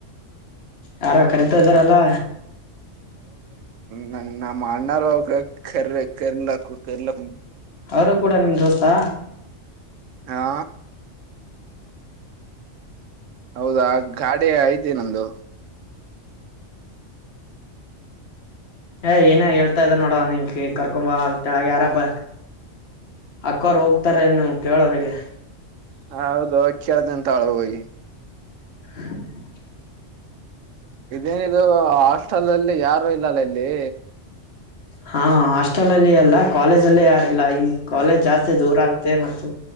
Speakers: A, on the left; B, on the right.
A: ಯಾರ ಕರಿತ ಇದ್ದಾರಲ್ಲ
B: ನ ನ ಮಾಡ ಅ್ಣಾರು ಕೆರೆ ಕೆರೀಕ್ಕು ಕೆರಲ
A: ಅವರು ಕೂಡ ನಿಮ ದೋಸ್ತಾ
B: ಹಾ ಹೌದಾ ಗಾಡಿ ಐತಿ ನ್ದು
A: ಏ ಏನೇ ಹೇಳ್ತಾ ಇದ್ದ ನೋಡವ ನಿ ಕರ್ಕೊಂಬ ಅಳಗ ಯಾರ ಬ ಅಕ್ಕೋರ್ ಹೋಗ್ತಾರ ನ್ನು ಕೇಳವ್ರಿಗೆ
B: ಹಾ ಹೌದು ಅವ ಕೇಳ್ದ ಅಂತಾಳು ಹೋಗಿ
A: ಹ
B: ಇದೇನಿದದು ಹಾಸ್ಟೆಲ್ ಅಲ್ಲಿ ಯಾರು ಇಲ್ಲಲ್ಲ ಇಲ್ಲಿ
A: ಹಾ ಹಾಸ್ಟೆಲ್ ಅಲ್ಲಿ ಅಲ್ಲ ಕಾಲೇಜ ಅಲ್ಲೇ ಯಾರಿಲ್ಲ ಈ ಕಾಲೇಜ್ ಜಾಸ್ತಿ ದೂರ ಆಗ್ತೆ ಮತ್ತು